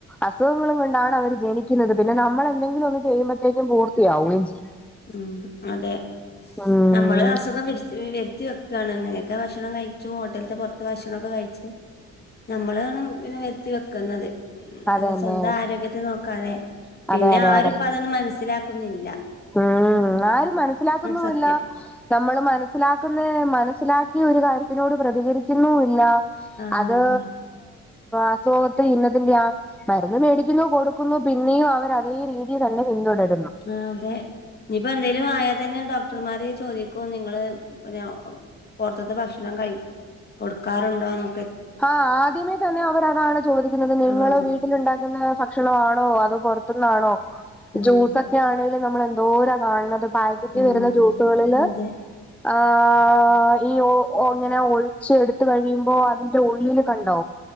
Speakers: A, in the centre; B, on the left (about 35°).
A: അസുഖങ്ങളും കൊണ്ടാണ് അവര് ജനിക്കുന്നത് പിന്നെ നമ്മൾ എന്തെങ്കിലും ഒന്ന് ചെയ്യുമ്പോഴത്തേക്കും പൂർത്തിയാവുകയും ചെയ്യും
B: ഉം അതെ
A: ഉം
B: നമ്മള് അസുഖം വരുത്തി വരുത്തി വെക്കാണ് അങ്ങനെ ഒക്കെ ഭക്ഷണം കഴിച്ചു ഹോട്ടലത്തെ പുറത്ത് ഭക്ഷണൊക്കെ കഴിച്ച് നമ്മളാണ് പിന്നെ വരുത്തി വെക്കുന്നത് ഉം
A: അതന്നെ
B: അല്ല സ്വന്തം ആരോഗ്യത്തെ നോക്കാതെ
A: അതെ
B: പിന്നെ
A: അതെ
B: ആരുപ്പോ
A: അതെ
B: അതൊന്ന് മനസ്സിലാ കുന്നില്ല
A: ഉം ആരും മനസ്സിലാക്കുന്നുല്ല
B: സത്യം
A: നമ്മള് മനസ്സിലാക്കുന്നെ മനസ്സിലാ ഈ ഒരു കാര്യത്തിനോട് പ്രതികരിക്കുന്നു ഇല്ല
B: ആഹ്
A: അത്
B: അതെ
A: അസുഖത്തെ ഇന്നതിന്റെ ആ മരുന്ന് മേടിക്കുന്നു കൊടുക്കുന്നു പിന്നെയും അവര് അതേ രീതി തന്നെ പിന്തുടരു
B: ആ അതെ ഇനിപ്പോ എന്തേലും ആയാ തന്നെ ഡോക്ടർമാര് ചോദിക്കു നിങ്ങള് പിന്നെ പുറത്തത്തെ ഭക്ഷണം കഴി കൊടുക്കാറുണ്ടോന്നൊ
A: ഹ ആദ്യമേ തന്നെ അവരതാണ് ചോദിക്കുന്നത് നിങ്ങള്
B: ആഹ് അതെ
A: വീട്ടിൽ ഉണ്ടാക്കുന്ന ഭക്ഷണം ആണോ അതോ പുറ റത്ത്ന്നാണോ
B: ആഹ്
A: ജ്യൂസൊക്കെ ആണേലും നമ്മളെന്തോരാ കാണണത് പായ്ക്കറ്റ് വരുന്ന
B: ആഹ്
A: ജ്യൂസുകളില്
B: അതെ
A: ആഹ് ഈ ഓ ഓങ്ങനെ ഒഴിച്ച് എടുത്ത് കഴിയുമ്പോ അതി ന്റെ ഉള്ളില് കണ്ടോ